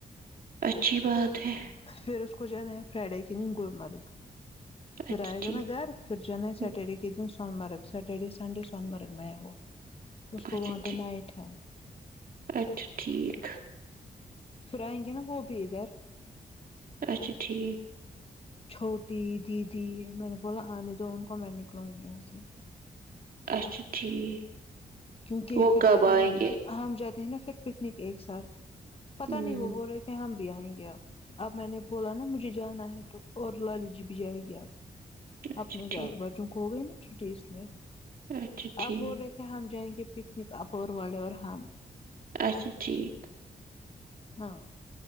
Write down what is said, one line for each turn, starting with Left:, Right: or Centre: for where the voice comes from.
Right: اچھی بات ہے
Left: پھر اس کو جانا ہے فرائیڈے کے دن گلمرگ پھر
Right: اچھا
Left: آئے گا
Right: ٹھیک
Left: نا گھر پھر جو نا ہے
Right: ہم،
Left: سیٹرڈے کے دن سونمرگ سٹرڈے سنڈے سونمرگ میں ہے وہ اس کو
Right: اچھا
Left: وہاں پہ
Right: ٹھیک
Left: نائٹ ہے
Right: اچھا ٹھیک
Left: آئینگے نہ وہ بھی ادھر
Right: اچھا ٹھیک
Left: چھوٹی دیدی میں نے بولا آنے دو ان کو میں نکلوں گی یہاں سے
Right: اچھا ٹھیک
Left: کیونکہ
Right: وہ
Left: پھر
Right: کب
Left: جاتے
Right: آئیں
Left: ہیں نا
Right: گے
Left: ہم ہم جاتے ہیں نا پھر پکنک ایک ساتھ پتاہ
Right: ہوں
Left: نہیں وہ بول رہے تھے ہم بھی اینگیں اب اب میں نے بولا نا مجھے جانا ہے تو اور لالی جی بھی جائے گی آپ
Right: اچھا
Left: اپنے گھر
Right: ٹھیک
Left: بچوں کو ہو گئی نا چھٹی اس لیے
Right: اچھا ٹھیک
Left: اب بول رہے تھے ہم جائیں گے پکنک اپور والے اور ہماں
Right: اچھا ٹھیک
Left: ہاں